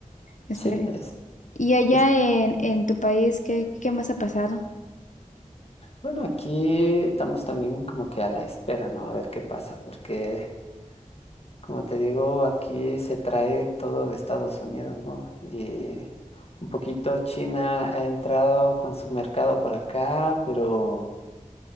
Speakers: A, on the left; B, on the left.
A: Espere-
B: Sí, es,
A: Y allá
B: es-
A: en, en tu país, ¿qué, qué más ha pasado?
B: bueno, aquí estamos también como que a la espera, ¿no? A ver qué pasa, porque como te digo, aquí se trae todo de Estados Unidos, ¿no? Y un poquito China ha entrado con su mercado por acá, pero